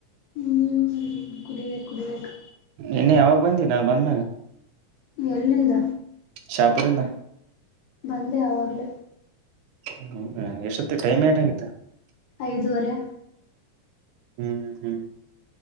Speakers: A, on the left; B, on the right.
A: ಹ್ಮ್ ಕುಡಿಬೇಕ ಕುಡಿಬೇಕು.
B: ಇನ್ನ ಯಾವಾಗ ಬಂದಿ ನಾನ್ ಬಂದಾಗ.
A: ಎಲ್ಲಿಂದ.
B: ಶಾಪುರಿಂದ.
A: ಬಂದೆ ಅವಾಗಲೇ.
B: ಹ್ಮ ಎಷ್ಟತ್ತ ಟೈಮ್ ಏಟಾಗಿತ್ತು.
A: ಐದುುವರೆ.
B: ಹ್ಮ್ ಹ್ಮ್